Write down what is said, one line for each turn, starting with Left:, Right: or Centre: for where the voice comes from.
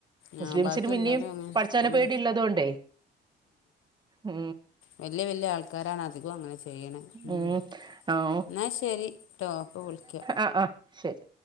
Left: ആഹ്
Right: മുസ്ലിംസിന്
Left: ബാക്കി
Right: പിന്നും
Left: എല്ലാരും അങ്ങനെ
Right: പടച്ചാന
Left: ഉം
Right: പേടിള്ളതൊണ്ടേ ഉ.....
Left: വെല്യ വെല്യ ആൾക്കാരാണ് അധികും അങ്ങനെ ചെയ്യ ചെയ്ണ്
Right: ഉം
Left: മ്
Right: ആഹ്
Left: ഇന്നാ ശെരി ട്ടോ ഇപ്പോ വിൾക്യാ.
Right: ആ ആ..... ശരി...